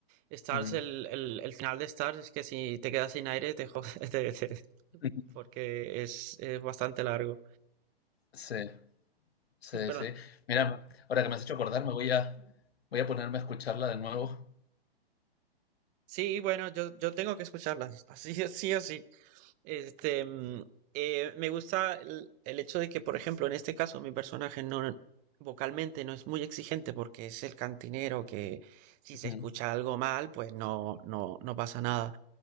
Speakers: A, on the right (about 25°); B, on the left (about 85°).
A: Stars,
B: ujú,
A: el, el, el final de Stars es que si te quedas sin aire, te jodes, <laughs>
B: ujú.
A: porque es, es bastante largo.
B: Sí, sí,
A: <laughs> Perdón.
B: sí. Mira, ahora que me has hecho acordar, me voy a, voy a ponerme a escucharla de nuevo.
A: Sí, bueno, yo, yo tengo que escucharlas, <laughs> así, es, sí o sí. Este, mm, eh, me gusta el, el hecho de que, por ejemplo, en este caso, mi personaje no vocalmente no es muy exigente porque es el cantinero que si
B: Ujú,
A: se escucha algo mal, pues no, no, no pasa nada.